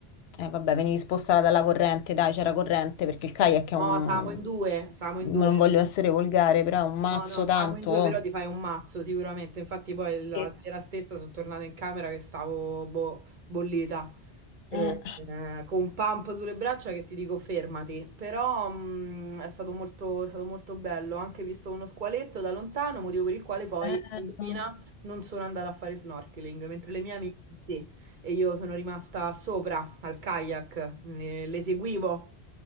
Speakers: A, on the left; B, on the right.
A: Eh, vabbè, venivi spostata dalla corrente, dai, c'era corrente, perché il kayak è un...
B: No, siamo in due, siamo in
A: Non
B: due.
A: voglio essere volgare, però è un mazzo
B: No, no,
A: tanto.
B: stavamo in due,
A: oh.
B: però ti fai un mazzo sicuramente. Infatti, poi la
A: Sì.
B: sera stessa sono tornata in camera che stavo boh, bollita. Eh,
A: Eh,
B: eh, con un pump sulle braccia che ti dico fermati. Però mh, è stato molto, è stato molto bello. Ho anche visto uno squaletto da lontano, motivo per il quale poi,
A: eh,
B: indovina,
A: no.
B: non sono andata a fare snorkeling, mentre le mie amiche sì. E io sono rimasta sopra al kayak, eh, le seguivo,